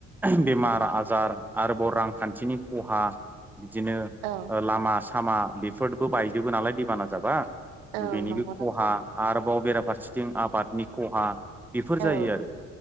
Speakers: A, in the centre; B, on the right.
A: बेमार आजार आरोबाव रांखान्थिनि खहा बिदिनो
B: औ।
A: ओ लामा सामा बेफोरबो बायजोबो नालाय दैबाना जाबा
B: औ
A: बेनिबो
B: नंगौ नोंथां
A: खहा आरोबाव बेराफारसेथिं आबादनि खहा बेफोर
B: औ
A: जायो आरो